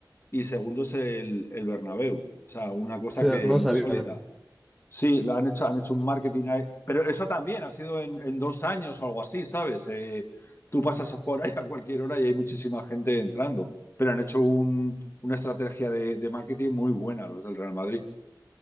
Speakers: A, on the left; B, in the centre.
A: y segundo es el, el Bernabéu. O sea, una cosa
B: O sea,
A: que
B: No
A: insólita.
B: sabía.
A: Sí, lo han hecho, han hecho un marketing ahí. Pero eso también ha sido en, en dos años o algo así, ¿sabes? Eh, tú pasas por ahí a cualquier hora y hay muchísima gente entrando. Pero han hecho un- una estrategia de, de marketing muy buena los del Real Madrid.